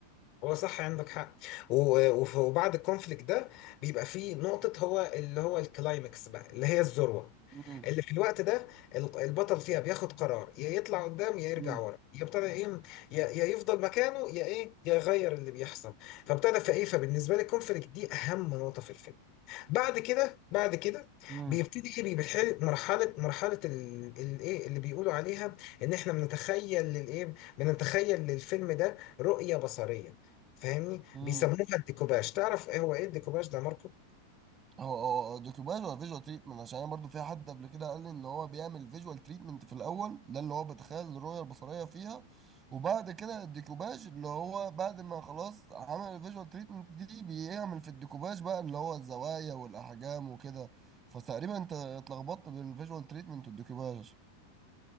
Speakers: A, on the left; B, on the right.
A: هو صح عندك حق و- وف- وبعد الكونفليكت ده بيبقى فيه نقطة هو اللي هو الكلايمكس بقى اللي هي الذروة
B: مم.
A: اللي في الوقت ده ال- البطل فيها بياخد قرار يا يطلع قدام يا يرجع
B: مم.
A: ورا يبتدى ايه يا يا يفضل مكانه يا ايه يا يغير اللي بيحصل فابتدى فايه فبالنسبة لي الكونفليكت دي أهم نقطة في الفيلم بعد كده بعد كده
B: مم.
A: بيبتدي ايه بيحل مرحله مرحله الايه اللي بيقولوا عليها ان احنا بنتخيل للايه بنتخيل للفيلم ده رؤيه بصريه فاهمني
B: مم.
A: بيسموها الديكوباج تعرف ايه هو ايه الديكوباج ده يا ماركو
B: هو هو دوكيوباج ولا فيجوال تريتمنت عشان أنا برضو في حد قبل كده قال لي إن هو بيعمل فيجوال تريتمنت في الأول ده اللي هو بيتخيل الرؤية البصرية فيها وبعد كده الديكوباج اللي هو بعد ما خلاص عمل الفيجوال تريتمنت دي بيعمل في الديكوباج بقى اللي هو الزوايا والأحجام وكده فتقريبا أنت اتلخبطت بالفيجوال تريتمنت والديكوباج